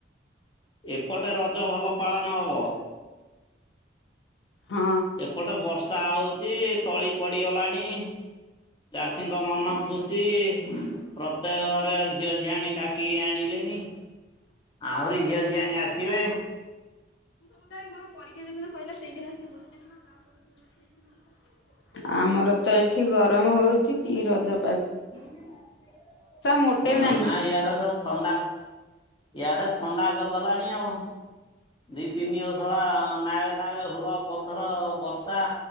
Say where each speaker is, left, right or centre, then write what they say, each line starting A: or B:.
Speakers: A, on the left (about 25°); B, on the left (about 80°).
A: ଏପଟେ ରଜ ଭଲ ପାଳନ ହବ?
B: ହଁ।
A: <inaudible> ବର୍ଷା ହଉଛି ତଳି ପଡିଗଲାଣି ଚାଷୀଙ୍କ ମନ ଖୁସି ପ୍ରତ୍ୟେକ ଘରେ ଝିଅ ଝିଆଣି ଡାକିକି ଆଣିଲେଣି।
B: <inaudible>
A: ଆହୁରି ଝିଅ ଝିଆଣି ଆସିବେ।
B: ସମୁଦାୟ ମୋ ପରୀକ୍ଷା ଯୋଉଦିନ ସଇଲା ସେଇଦିନ ସେଇଦିନ ସେଗୋଟେ ଦିନ ତାପର ଦିନ <unintelligible> ଆମରତ ଏଠି ଗରମ ହଉଚି କିରଜ
A: <unintelligible>
B: ମୋଟେ
A: ହଁ
B: ନାହିଁ
A: ନା ଇଆଡ଼େ ସବୁ ଥଣ୍ଡା ଇଆଡ଼େ ଥଣ୍ଡା କରିଦେଲାଣି ଆଉ। ଦି ତିନି ଅଷଳା ନାଗେ ନାଗେ ହୁଳ ପଥର ବର୍ଷା